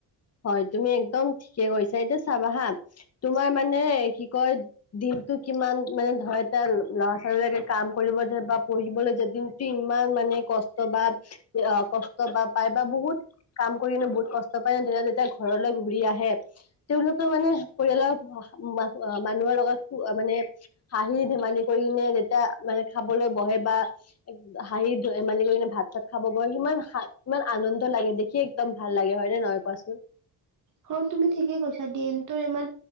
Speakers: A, on the left; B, on the right.
A: হয় তুমি একদম ঠিকে কৈছা এতিয়া চাবা হা তোমাৰ মানে কি কয় দিনটো কিমান মানে ধৰা এতিয়া ল'ৰা ছোৱালীবিলাকে কাম কৰিব যে বা পঢ়িবলৈ যে দিন দিনমানে কষ্ট বা অ কষ্ট বা পায় বা বহুত কাম কৰিনে বহুত কষ্ ট পায় তেতিয়া তেতিয়া ঘৰলৈ ঘূৰি আহে তেওঁলোকে মানে পৰিয়ালৰ মা মা মানুহৰ লগত মানে হাঁহি ধেমালি কৰি কিনে যেতিয়া মানে খাবলৈ বহে বা এক- হাঁহি ধেমালি কৰি কিনে ভাত চাত খাব বহে ইমান শা- ইমান আনন্দ লাগে দেখি একদম ভাল লাগে হয় হয়নে নহয় কোৱাচোন
B: হয় তুমি ঠিকেই কৈছা দিনটোৰ ইমান